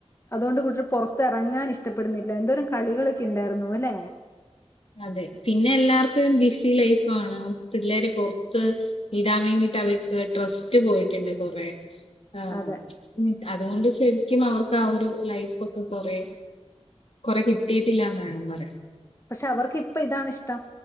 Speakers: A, on the left (about 25°); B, on the left (about 60°).
A: അതുകൊണ്ട് കുട്ടികൾ പുറത്തിറങ്ങാൻ ഇഷ്ടപ്പെടുന്നില്ല. എന്തോരം കളികളൊക്കെ ഉണ്ടായിരുന്നൂല്ലെ?
B: അതെ.. പിന്നെ എല്ലാർക്കും ബിസി ലൈഫാണ്... പിള്ളേര് പൊറത്ത്... വിടാൻ വേണ്ടിട്ട് അവർക്ക് ട്രസ്റ്റ് പോയിട്ടുണ്ട്.. കൊറേ ആ... ഹ്..
A: അതെ
B: മ്ച്ച്.. അതുകൊണ്ട് ശരിക്കും അവർക്ക് ആ ഒരു ലൈഫ് ഒക്കെ കൊറേ കൊറെ കിട്ടിയിട്ടില്ലാന്ന് വേണം പറയാൻ.
A: പക്ഷെ അവർക്ക് ഇപ്പ ഇതാണ് ഇഷ്ടം..